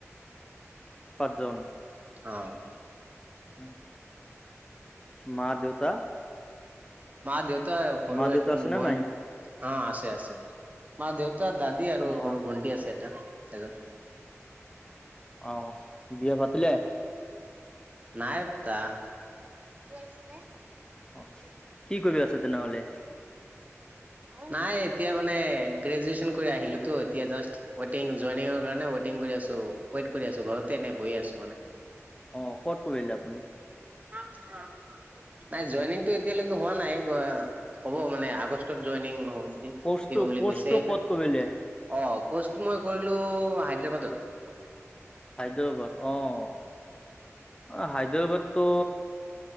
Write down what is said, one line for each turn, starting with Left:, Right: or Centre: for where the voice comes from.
Left: পাঁচজন।
Right: অ'।
Left: উম, মা-দেউতা।
Right: মা দেউতাই, সৰু,
Left: মা দেউতা আছে নে
Right: ভ, অ',
Left: নাই
Right: আছে, আছে, মা-দেউ তা দাদী আৰু
Left: অ
Right: সৰু ভণ্টি আছে এটা এজন।
Left: অ', বিয়া পাতিলে?
Right: নাই পতা, <unintelligible>
Left: অ', কি কৰি আছ তেনেহ'লে?
Right: নাই এতিয়া মানে গ্ৰেজুৱেচন কৰি আহিলোতো, এতিয়া জাষ্ট ৱেইটিং, জয়নিং কাৰণে ৱেইটিং কৰি আছো, ৱেইট কৰি আছো, ঘৰতে এনে বহি আছো মানে।
Left: অ', ক'ত কৰিলে আপুনি?
Right: উম, উম, উ, <unintelligible> নাই, জইনিংতটো এতিয়ালৈকে হোৱা নাই, হ'ব মানে আগষ্টত জইনিং হ'ব।
Left: কৰ্চটো
Right: দিব বুলি
Left: কৰ্চটো
Right: কৈছে, সেইকাৰণে
Left: ক'ত কৰিলে
Right: অ', কৰ্চটো মই কৰিলো হায়দৰাবাদত।
Left: হায়দৰাবাদ, অ', হায়দৰাবাদ তো